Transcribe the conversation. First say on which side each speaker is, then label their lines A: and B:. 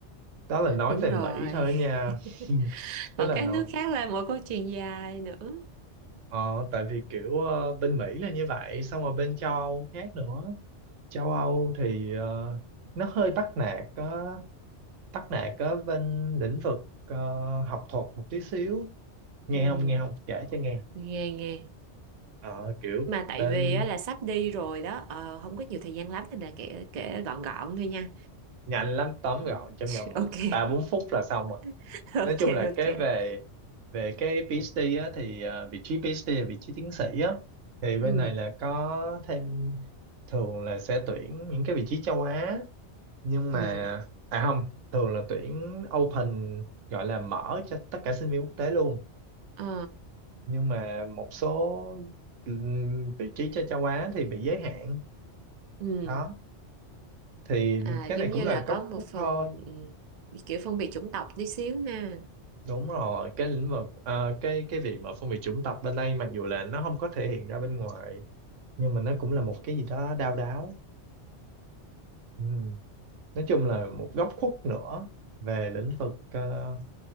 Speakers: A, on the right (about 85°); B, on the right (about 55°).
A: đó là nói
B: đúng
A: về
B: rồi.
A: Mỹ thôi nha
B: <laughs>
A: <laughs> tức
B: Còn
A: là
B: các
A: nó
B: nước khác là một câu chuyện dài nữa.
A: Ờ, tại vì kiểu ờ, bên Mỹ là như vậy, xong rồi bên châu Âu khác nữa. Châu Âu thì ờ, nó hơi bắt nạt, uh, bắt nạt ở bên lĩnh vực ờ, học thuật một tí xíu. Nghe
B: Ừ,
A: không, nghe không, kể cho nghe.
B: nghe nghe.
A: Ờ, kiểu
B: Mà
A: bên
B: tại vì á, là sắp đi rồi đó, ờ, không có nhiều thời gian lắm nên là kể kể gọn gọn thôi nha.
A: nhanh lắm tóm gọn trong
B: <laughs>
A: vòng
B: Ok,
A: ba bốn phút là xong rồi.
B: <laughs> ok,
A: Nói chung là cái
B: ok.
A: về về cái PhD á, thì ờ, vị trí PhD là vị trí tiến sĩ á. Thì bên
B: Ừ,
A: này là có thêm thường là sẽ tuyển những cái vị trí châu Á nhưng
B: ừ,
A: mà à không thường là tuyển open gọi là mở cho tất cả sinh viên quốc tế luôn
B: ờ,
A: nhưng mà một số ừm, vị trí cho châu Á thì bị giới hạn
B: ừ.
A: đó thì
B: À,
A: cái
B: giống
A: này
B: như
A: cũng là
B: là
A: góc
B: có một
A: khuất
B: phần
A: thôi
B: ừ, kiểu phân biệt chủng tộc tí xíu ha.
A: đúng rồi cái lĩnh vực ờ, cái cái việc mà phân biệt chủng tộc bên đây mặc dù là nó không có thể hiện ra bên ngoài nhưng mà nó cũng là một cái gì đó đau đáu Ừm. nói chung là một góc khuất nữa về lĩnh vực ờ,